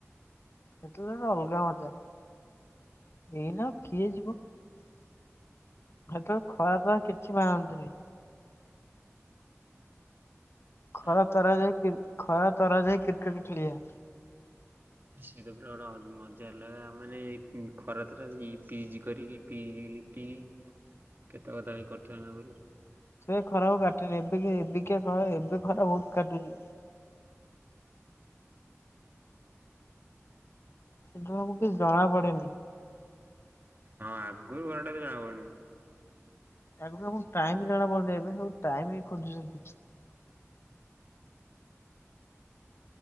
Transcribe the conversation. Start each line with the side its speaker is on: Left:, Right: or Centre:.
Left: ସେତେବେଳେ ଗୋଟ ଅଲଗା ମଜା ଏଇନା ଆଉ କିଏ ଯିବ ସେତେବେଳେ ଖରା ତରା କିଛି ମାନନ୍ତିନି। ଖରା
Right: ଆଁ
Left: ତରା ଯା ଖରା ତରାରେ ଯାଇ କ୍ରିକେଟ ଖେଳିବା
Right: ସିଏ ତ ପୁରା ଗୋଟେ ଅଲଗା ମଜା ମାନେ ଖରା ତରାରେ ପିଜ କରିକି ଲିପି ଲିପି କି କେତେ କଥା କରିଥିବ ନା କହିଲୁ।
Left: ସେ ଖରା କାଟେନି ଏବେ ଏବେକା ଏବେ ଖରା ବହୁତ କାଟୁଚି। <inaudible> ହଁ ମୁଁ କିଛି ଜଣା ପଡେନି
Right: ହଁ ଆଗରୁ <inaudible> ଜଣା ପଡୁନି
Left: ଆଗରୁ ସବୁ ଟାଇମ୍ ଜଣା ପଡୁନି ଏବେ ସବୁ ଟାଇମ ବି ଖୋଜୁଛନ୍ତି।